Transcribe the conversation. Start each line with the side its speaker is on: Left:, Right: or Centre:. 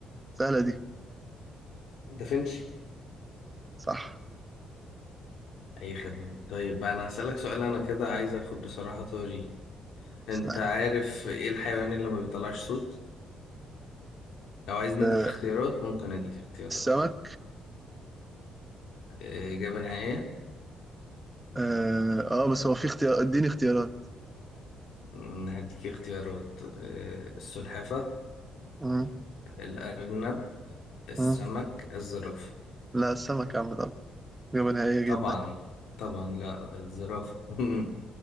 Right: سهلة دي
Left: دافنشي
Right: صح
Left: اي خدمة طيب بقى انا هسألك سؤال انا كده عايز اخد بصراحة طاري انت
Right: سهلة
Left: عارف ايه الحيوان اللي ما بيطلعش صوت لو عايزني
Right: آه
Left: اديك اختيارات ممكن اديك اختيارات
Right: السمك
Left: عادي آه، اجابة نهائية
Right: اه, آه بس هو في اختيار اديني اختيارات
Left: مم، هديك اختيارات آه، السلحفة
Right: مم.
Left: الارنب السمك
Right: مم.
Left: الزرافة
Right: لا السمك يا عم طبعا إجابة نهائية جدا
Left: طبعا طبعا لا الزرافة <laughs>